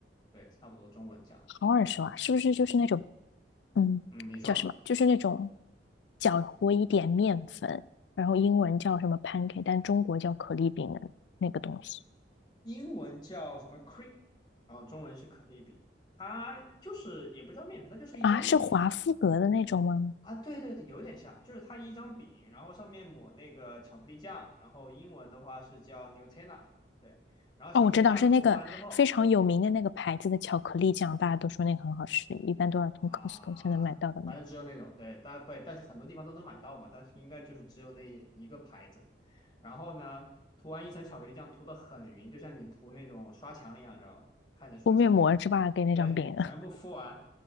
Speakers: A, on the left; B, on the left.
A: 对，差不多中文讲了
B: 好耳熟啊！是不是就是那种，嗯，
A: 嗯，你说。
B: 叫什么？就是那种搅和一点面粉，然后英文叫什么 pancake，但中国叫可丽饼的那个东西
A: 英文叫什么 crepe，然后中文是可丽饼。它就是也不叫面团，它就是一张饼嘛。
B: 啊？是华夫格的那种吗？
A: 啊，对对对，有点像，就是它一张饼，然后上面抹那个巧克力酱，然后英文的话是叫 Nutella，对，然后巧克力酱涂完之后，
B: 哦，我知道是那个非常有名的那个牌子的巧克力酱，大家都说那个很好吃，一般都要从
A: 啊，
B: Costco 才能买到的那个
A: 反正只有那种，对，但不，但是很多地方都能买到嘛，但是应该就是只有那一个牌子。然后呢，涂完一层巧克力酱，涂的很匀，就像你涂那种刷墙一样，知道吧？看着刷墙一样。
B: 敷面膜是吧？给那张饼。
A: 对，
B: <laughs>
A: 全部敷完，